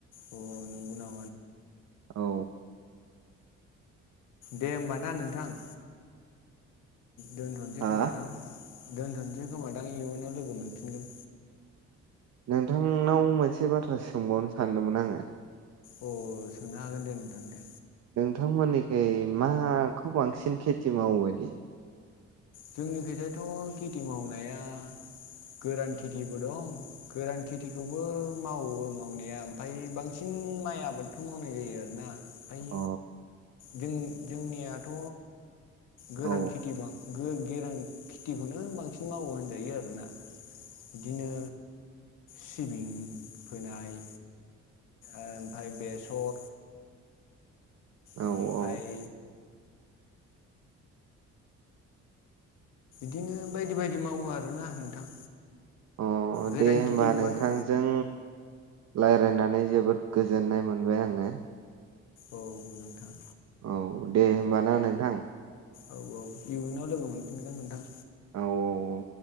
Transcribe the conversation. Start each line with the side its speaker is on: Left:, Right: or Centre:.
Left: अ नंगौना
Right: औ।
Left: दे होमब ना नोंथां दोनथ'नोसै
Right: हा
Left: खोमादां। दोनथ'सै खोमा दां इउन आव लोगो मोनफिनगोन।
Right: नोंथांनाव मोनसे बाथ्रा सोंबावनो सानदोंमोन आंङो।
Left: अ सोंनो हागोन दे नोंथां दे।
Right: नोंथांमोनिखै माखौ बांसिन खेथि मावो इदि
Left: जोंनिखिजायथ' खेथि मावनाया गोरान खेथिबो दं गोरान खेथिखौबो मावो मावनाया ओमफाय बांसिन माइ आबादखौ मावनाय जायो आरो ना। ओमफाय
Right: अ
Left: जों जोंनियाथ' गोरान
Right: औ
Left: खेथि बां गो गेरां खेथिखौनो बांसिन मावो होनजायो आरोना बिदिनो सिबिं फोनाय ओमफाय बेसर
Right: अ औ
Left: बेनिफाय
Right: औ
Left: बिदिनो बायदि बायदि मावो आरोना नोंथां।
Right: अ
Left: गोरान
Right: दे होमबा
Left: खेथि होनबाथ'
Right: नोंथांजों रायलायनानै जोबोद गोजोननाय मोनबाय आङो।
Left: औ नोंथां।
Right: औ दे होमबा ना नोंथां।
Left: औ औ इउनाव लोगो मोनफिनगोन नोंथां।
Right: औ औ